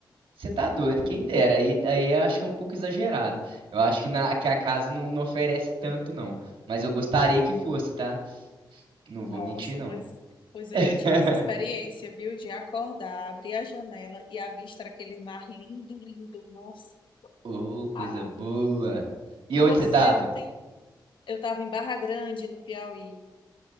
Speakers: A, on the right; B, on the left.
A: Você tá doido, quem dera. Aí, aí eu acho que é um pouco exagerado. Eu acho que, na, que a casa não, não oferece tanto, não. Mas eu gostaria que fosse, tá? Não
B: Nossa,
A: vou mentir, não.
B: pois, pois eu
A: <laughs>
B: já tive essa experiência, viu? De acordar, abrir a janela e avistar aquele mar lindo, lindo. Nossa,
A: Ô, coisa
B: Ah,
A: boa. E
B: você
A: onde você tava?
B: não tem. Eu estava em Barra Grande, no Piauí.